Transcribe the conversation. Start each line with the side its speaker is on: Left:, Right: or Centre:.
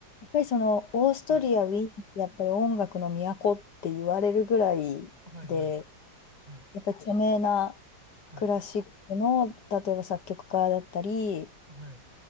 Left: っぱりそのオーストリア、
Right: はい。
Left: ウィーンってやっぱり音楽の都って言われるぐらいで、
Right: はいはい。はい。
Left: やっぱり著名な
Right: はい。
Left: クラシックの、例えば作曲家だったり、
Right: はい。